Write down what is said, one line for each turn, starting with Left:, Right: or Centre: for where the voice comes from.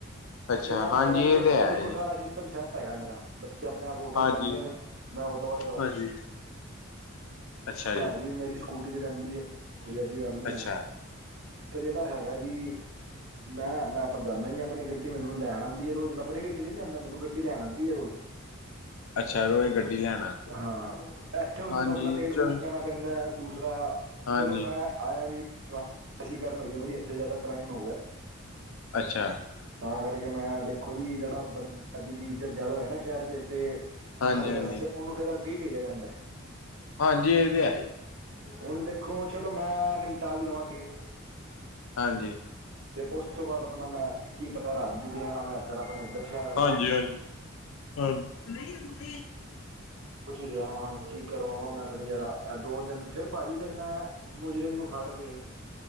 Left: ਅੱਛਾ
Right: ਤੇ ਮੈਂ ਪਤਾ
Left: ਹਾਂਜੀ
Right: ਕਰਕੇ
Left: ਇਹ
Right: ਉੱਥੇ
Left: ਤੇ ਹੈ
Right: ਦੇ
Left: ਜੀ
Right: ਸਿਸਟਮ ਸੈੱਟ ਹੈਗਾ। ਮੇਰਾ ਬੱਚੇ ਆਪਣੇ ਆਪ ਆਟੋ
Left: ਹਾਂਜੀ
Right: 'ਚ ਜਾਂਦੇ ਨੇ ਮੈਂ ਆਟੋ ਵਾਲੇ ਦਾ
Left: ਹਾਂਜੀ। ਅੱਛਾ ਜੀ
Right: ਘਰ ਦੀ ਵੀ ਮੇਰੀ ਸਕੂਟੀ ਤੇ ਜਾਂਦੀ ਏ ਕੋਈ ਐਸੀ ਗੱਲ ਨ੍ਹੀਂ
Left: ਅੱਛਾ
Right: ਐ, ਤੇ ਜਿਹੜਾ ਹੈਗਾ ਜੀ ਮੈਂ-ਮੈਂ, ਤੇ ਜਾਣਾ ਹੀ ਆਪਣੀ ਈ ਗੱਡ ਗੱਡੀ ਮੈਨੂੰ ਲੈਣ ਆਂਦੀ ਏ ਰੋਜ਼ ਆਪਣੀ ਗੱਡੀ ਨੀ ਜਾਂਦਾ। ਮੈਨੂੰ ਗੱਡੀ ਲੈਣ ਆਂਦੀ ਏ ਰੋਜ਼
Left: ਅੱਛਾ ਰੋਜ਼ ਗੱਡੀ ਲੈਣ ਆਉਂਦੇ
Right: ਹਾਂ, ਇੱਥੇ ਹੁਣ
Left: ਹਾਂਜੀ
Right: ਮੈਨੂੰ ਆਪਣਾ ਤੇਲ
Left: ਚਲ
Right: ਫ਼ੂਕ ਪੈਂਦਾ, ਦੂਸਰਾ
Left: ਹਾਂਜੀ
Right: ਚਲੋ ਮੈਂ ਆਇਆਂ ਵੀ ਐਸੀ ਕਰਨ ਹੋਈ ਹੈ ਮੇਰੀ ਇੱਥੇ ਜ਼ਿਆਦਾ ਕ੍ਰਾਈਮ ਹੋਊਗਾ
Left: ਅੱਛਾ
Right: ਤਾਂ ਕਰਕੇ ਮੈਂ ਦੇਖੋਂ ਜੀ ਜਿਹੜਾ ਬੰਦਾ ਅੱਜ ਦੀ ਇੱਜ਼ਤ ਜ਼ਿਆਦਾ ਹੋਏ ਨਾ ਸ਼ਹਿਰ ਚ ਤ
Left: ਹਾਂਜੀ
Right: ਹਰ ਜਗ੍ਹਾ
Left: ਹਾਂਜੀ
Right: ਤੇ ਉਹਨੂੰ ਫੇ਼ਰ ਅੱਗੇ ਈ ਭੇਜਿਆਂ ਜਾਂਦਾ।
Left: ਹਾਂਜੀ, ਇਹ ਤੇ ਹੈ ਈ
Right: ਹੁਣ ਦੇਖੋਂ ਚਲੋ, ਮੈਂ ਨਿਮਟਾ ਵੀ ਲਵਾਂ ਕੇਸ
Left: ਹਾਂਜੀ।
Right: ਤੇ ਉਸ ਤੋਂ ਬਾਅਦ ਆਪਣਾ ਮੈਂ ਕੀ ਪਤਾ ਰੱਬ ਦੀ ਦਿਆਂ ਨਾ ਮੈਂ ਇੱਧਰ ਆਪਣੇ ਇੱਧਰ ਸ਼ਹਿਰ ਆ
Left: ਹਾਂਜੀ-ਹਾਂਜੀ
Right: ਜਾ
Left: ਹਾਂ
Right: ਲਿਆ ਵਾਂ ਕੀ ਕਰਵਾਵਾਂ। ਮੈਂ ਆਪਣੇ ਜ਼ਰਾ ਐ ਦੋ ਦਿਨ, ਫੇਰ ਭਾਜੀ ਫਿਰ ਮੈਂ ਮੁਜਰਿਮ ਨੂੰ ਫੜ ਕੇ